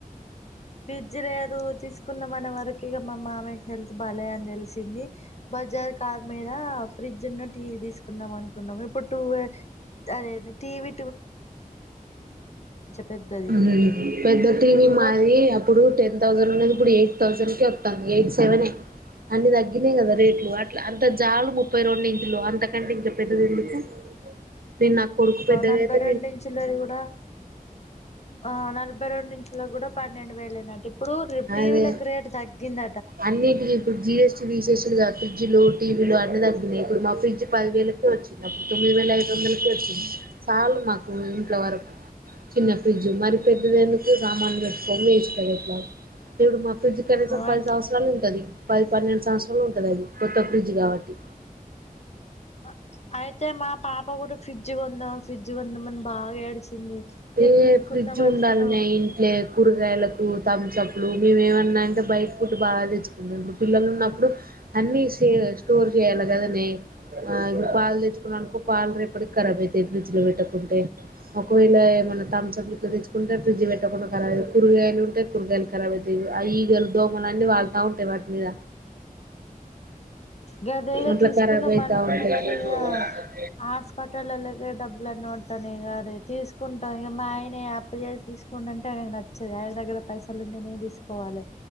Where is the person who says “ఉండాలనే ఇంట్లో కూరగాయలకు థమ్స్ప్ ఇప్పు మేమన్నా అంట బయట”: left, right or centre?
Right